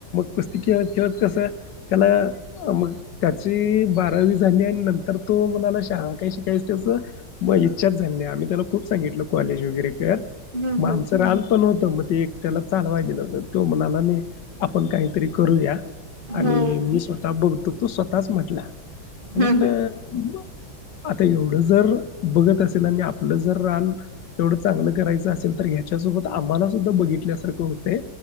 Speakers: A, on the left (about 65°); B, on the right (about 35°).
A: कुस्ती खेळत खेळत कसं त्याला मग त्याची बारावी झाली आणि नंतर तो मग मला काय शिकायचं त्याच म इच्छाच झाली आम्ही त्याला खूप सांगितल कॉलेज वगैरे कर
B: हम्म
A: म
B: हम्म
A: आमचं रान पण होत मग ते एकट्याला चालवाय दिलं होत तो म्हणाला नाही आपण काहीतरी करूया
B: हो
A: आणि
B: हम्म
A: मी स्वतः बघतो तो स्वतःच म्हटला म म्हटलं
B: हम्म
A: आता एवढं जर बघत असेल आणि आपलं जर रान एवढं चांगलं करायचं असेल तर ह्याच्यासोबत आम्हाला सुद्धा बघितल्यासारखं होते